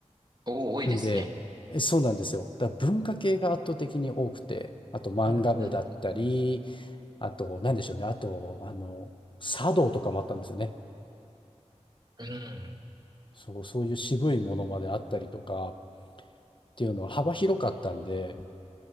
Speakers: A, on the right; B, on the left.
A: お、多いですね。
B: なんで、えそうなんですよ。だから文化系が圧倒的に多くて、あと漫画部だったり、
A: うんうんうんうん。
B: あと、なんでしょうね。あと、あの、茶道とかもあったんですよね。
A: うん
B: そう、そういう渋いものまであったりとかっていうのは幅広かったんで、